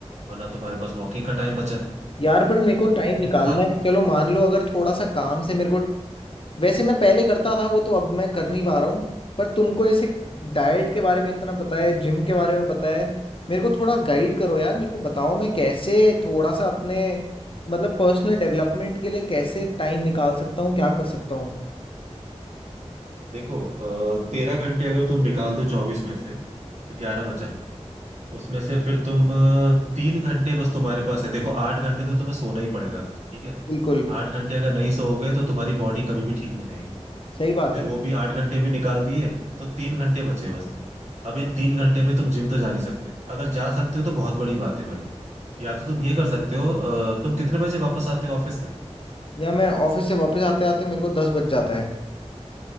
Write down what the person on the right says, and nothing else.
और ना तुम्हारे पास वॉकिंग का टाइम बचा
तो
फिर तुम्हें
खा
देखो तेरह घंटे अगर तुम निकाल दो चौबीस में से तो ग्यारह बचा उसमें से फिर तुम अ, तीन घंटे बस तुम्हारे पास है देखो आठ घंटे तो तुम्हें सोना ही पड़ेगा ठीक है
आठ घंटे अगर नहीं सोओगे तो तुम्हारी बॉडी कभी भी ठीक नहीं रहेगी
फिर
वो भी आठ घंटे भी निकाल दिए तो तीन घंटे बचे बस अब इन तीन घंटे में तुम जिम तो जा नहीं सकते अगर जा सकते हो तो बहुत बड़ी बात है भाई या तो तुम ये कर सकते हो अ, तुम कितने बजे वापस आते हो ऑफिस से